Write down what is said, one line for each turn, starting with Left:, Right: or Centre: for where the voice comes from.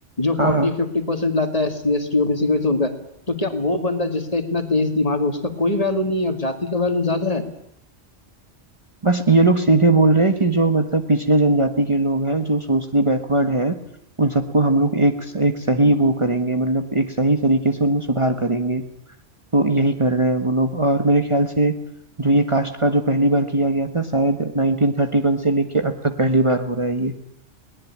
Left: जो
Right: हाँ
Left: 40
Right: हाँ
Left: 50% परसेंट लाता है सी एस टी ओबीसी को उनका तो क्या वो बंदा जिसका इतना तेज दिमाग है उसका कोई वैल्यू नहीं है और जाति का वैल्यू ज्यादा है
Right: बस ये लोग सीधे बोल रहे हैं कि जो मतलब पिछले जनजाति के लोग हैं जो सोशली बैकवर्ड हैं उन सबको हम लोग एक एक सही वो करेंगे मतलब एक सही तरीके से उनमें सुधार करेंगे तो यही कर रहे हैं वो लोग और मेरे ख्याल से जो ये कास्ट का जो पहली बार किया गया था शायद 1931 से लेके अब तक पहली बार हो रहा है ये